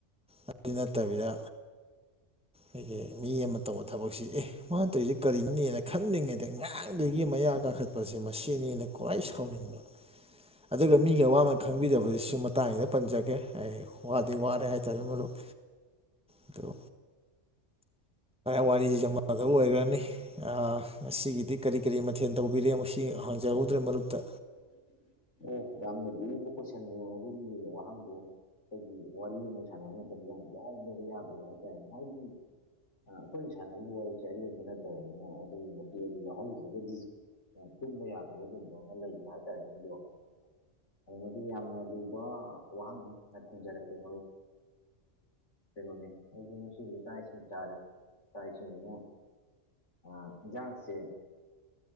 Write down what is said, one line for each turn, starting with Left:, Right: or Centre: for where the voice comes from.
Centre: ꯑꯗꯨ ꯅꯠꯇꯕꯤꯗ ꯑꯩꯈꯣꯏꯒꯤ ꯃꯤ ꯑꯃꯅ ꯇꯧꯕ ꯊꯕꯛꯁꯤ ꯑꯦ ꯃꯥꯅ ꯇꯧꯔꯤꯁꯤ ꯀꯥꯔꯤꯅꯦ ꯈꯜ ꯈꯜꯂꯤꯉꯩꯗ ꯉꯔꯥꯡꯗꯨꯗꯒꯤ ꯃꯌꯥ ꯀꯥꯈꯠ ꯀꯈꯠꯄꯁꯦ ꯃꯁꯤꯅꯤꯅ ꯈ꯭ꯋꯥꯏ ꯁꯥꯎꯅꯤꯡꯕ ꯑꯗꯨꯒ ꯃꯤꯒꯤ ꯑꯋꯥ ꯃꯥꯟ ꯈꯪꯕꯤꯗꯕꯁꯤꯁꯨ ꯃꯇꯥꯡ ꯑꯁꯤꯗꯩꯅ ꯄꯟꯖꯒꯦ ꯑꯩ ꯋꯥꯗꯤ ꯋꯥꯔꯦ ꯍꯥꯏꯇꯥꯔꯦ ꯃꯔꯨꯞ ꯑꯗꯨ ꯋꯥꯔꯤꯁꯤꯁꯨꯦ ꯑꯃ ꯈꯣꯝꯗ ꯑꯣꯏꯈ꯭ꯔꯅꯤ ꯉꯁꯤꯒꯤꯗꯤ ꯀꯔꯤ ꯀꯔꯤ ꯃꯊꯦꯜ ꯇꯧꯕꯤꯔꯦ ꯃꯁꯤ ꯍꯪꯖꯍꯧꯗ꯭ꯔꯦ ꯃꯔꯨꯞꯛꯇ
Left: <unintelligible> ꯌꯥꯝꯅ ꯂꯨꯕ ꯀꯣꯏꯁꯟ ꯑꯗꯨꯒꯤ ꯋꯥꯍꯥꯡꯗꯣ ꯑꯩꯈꯣꯏꯒꯤ ꯋꯥꯔꯤ ꯑꯃ ꯁꯥꯟꯅꯕ ꯃꯇꯝꯗ ꯌꯥꯝ ꯌꯥꯎꯗ꯭ꯔꯕ ꯌꯥꯗ꯭ꯔꯕ ꯍꯥꯏꯇꯥꯔꯦꯅꯦ ꯍꯥꯏꯒꯤ ꯑ ꯑꯩꯈꯣꯏꯅ ꯁꯥꯟꯅꯔꯤꯕ ꯋꯥꯔꯤꯁꯦ ꯑꯔꯦꯝꯕ ꯅꯠꯇꯕꯅꯤꯅ ꯑꯗꯨꯒꯤ ꯃꯇꯦꯛ ꯑꯗꯨ ꯌꯥꯎꯍꯧꯗ꯭ꯔꯒꯗꯤ ꯇꯨꯝꯕ ꯌꯥꯗꯕꯒꯨꯝꯕ ꯑꯃ ꯂꯩꯕ ꯍꯥꯏꯇꯥꯔꯦ ꯅꯣꯏ ꯑꯩꯒꯤ ꯋꯥꯈꯜꯗꯗꯤꯀꯣ ꯑꯗꯨ ꯃꯗꯤ ꯌꯥꯝꯅ ꯂꯨꯕ ꯋꯥꯍꯪꯅꯤ ꯑꯩ ꯈꯨꯝꯖꯔꯛꯀꯦ ꯃꯔꯨ ꯞ ꯀꯩꯅꯣꯅꯦ ꯑꯩꯁ ꯉꯁꯤꯁꯦ ꯆꯥꯛ ꯏꯁꯤꯡ ꯆꯥꯔꯦ ꯆꯥꯛ ꯏꯁꯤꯡꯁꯤ ꯑꯃ ꯑꯥ ꯏꯜꯖꯥꯡꯁꯦ